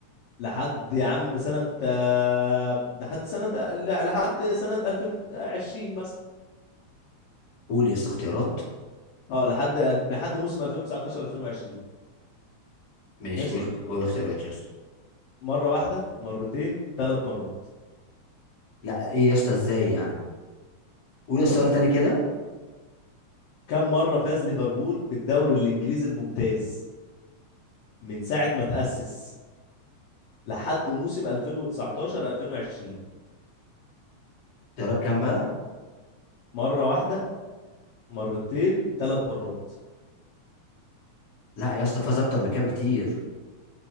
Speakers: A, on the left; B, on the left.
A: لحد يا عم سنة آه، لحد سنة لحد سنة 2020 مثلا
B: قول يا اسطى اختيارات
A: اه لحد لحد موسم 2019 2020
B: ماشي
A: ماشي
B: قول اخت... قول اختيارات يا اسطى
A: مرة واحدة مرتين ثلاث مرات
B: لا ايه يا اسطى ازاي يعني قول يا
A: هو
B: اسطى سؤال تاني كده
A: كم مرة فاز ليفربول بالدوري الإنجليزي الممتاز من ساعة ما تأسس لحد موسم 2019 2020
B: اختيارات كام بقى
A: مرة واحدة مرتين ثلاث مرات
B: لا يا اسطى فاز اكتر من كده بكتير